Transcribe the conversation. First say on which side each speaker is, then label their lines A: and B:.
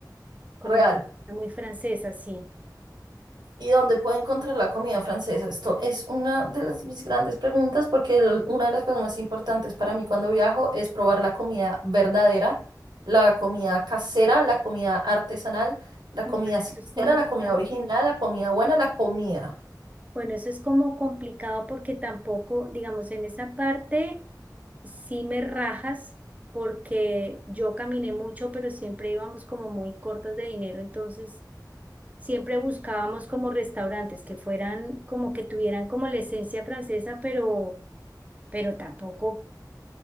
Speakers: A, on the right (about 20°); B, on the right (about 70°).
A: como
B: real.
A: muy francesa, sí.
B: ¿Y dónde puedo encontrar la comida francesa? Esto es una de las, mis grandes preguntas porque el- una de las cosas más importantes para mí cuando viajo es probar la comida verdadera, la comida casera, la comida artesanal, la
A: Bueno,
B: comida
A: eso
B: sincera,
A: es complicado.
B: la comida original, la comida buena, la comida.
A: Bueno, eso es como complicado porque tampoco, digamos, en esa parte sí me rajas porque yo caminé mucho, pero siempre íbamos como muy cortas de dinero, entonces siempre buscábamos como restaurantes que fueran como que tuvieran como la esencia francesa, pero, pero tampoco